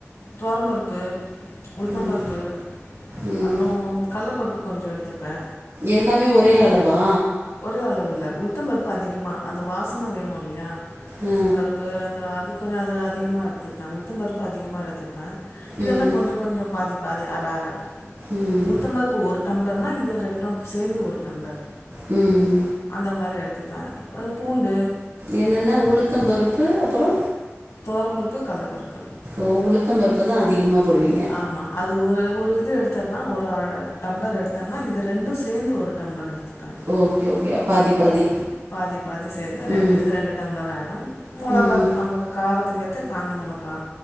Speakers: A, on the left; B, on the right.
A: துவாரம்பருப்பு உளுத்தம்
B: ம்
A: பருப்பு
B: ம்
A: அப்பறோ கல்ல பருப்பு கொஞ்சோ எடுத்துப்பே
B: எல்லாமே ஒரே அளவா
A: ஒரே அளவில்ல உளுத்த பருப்பு அதிகமா அந்த வாசன வேணு இல்லையா
B: ஆ,
A: பருப்பு அந்த அது கொஞ்சோ அது அதிகமா எடுத்துப்பே உளுத்தம் பருப்பு அதிகமா எடுத்துப் ப இதெல்லா
B: ம்
A: கொஞ்சொ கொஞ்சொ பாதி பாதி அர அர
B: ம்
A: உளுத்தம் பருப்பு ஒரு டம்ளர்னா இது ரெண்டும் சேந்து ஒரு டம்ளர்
B: ம்
A: அந்த மாரி எடுத்துப்ப பய் பூண்டு
B: என்னென்ன உளுத்தம் பருப்பு அப்பறோ
A: தோரம்பருப்பு கல்லபருப்பு
B: ஓ உளுத்தம் பருப்பு தா அதிகமா போடுவீங்க
A: ஆமா அது ஒய ஒரு இது எடுத்தன்னா ஒரு ‌அ டம்ளர் எடுத்தன்னா இது ரெண்டூ சேந்து ஒரு டம்ளர் எடுத்துப்ப
B: ஓக்கே ஓகயா பாதி பாதி
A: பாதி பாதி சேந்து ரெண்டு
B: ம்
A: இது ரெண்டு டம்ளர் ஆயிடும் மொளகாக்கு
B: ம்
A: நம்பக்கு காரதுக்கேத்த காஞ்ச மொளகா